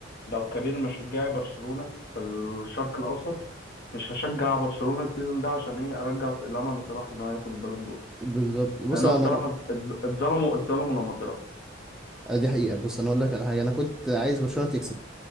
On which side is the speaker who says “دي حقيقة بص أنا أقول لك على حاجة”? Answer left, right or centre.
Centre